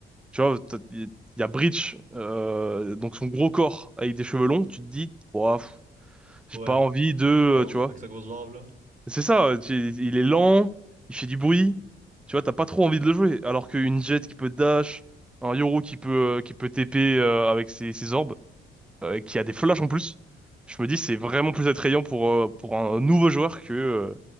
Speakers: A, in the centre; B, on the right.
A: Tu vois, t'as- il y a Breach, euh, donc son gros corps avec des cheveux longs. Tu te dis, Ouah, pff, j'ai
B: Ouais,
A: pas envie de, euh,
B: pas
A: tu
B: ouf
A: vois.
B: avec sa grosse barbe là.
A: C'est ça, euh, tu- il est lent, il fait du bruit. Tu vois, t'as pas trop envie de le jouer. Alors qu'une Jet qui peut dash, un Yoru qui peut, euh, qui peut TP euh, avec ses, ses orbes. euh, qui a des flashs
B: Ah, ça-
A: en plus, je me dis c'est vraiment plus attrayant pour, euh, pour un nouveau joueur que euh,